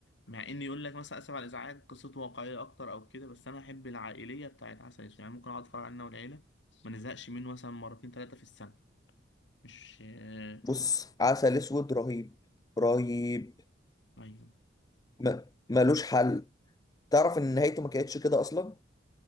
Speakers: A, on the left (about 70°); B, on the left (about 20°).
A: مع ان يقول لك مثلا اسف على الازعاج قصته واقعيه اكتر او كده بس انا احب العائليه بتاعت عسل اسود يعني ممكن اقعد اتفرج عليه انا والعيله ما نزهقش منه مثلا مرتين ثلاثه في السنه مش آه،
B: بص عسل اسود رهيب رهيب
A: ايوه
B: ما ملوش حل تعرف ان نهايته ما كانتش كده اصلا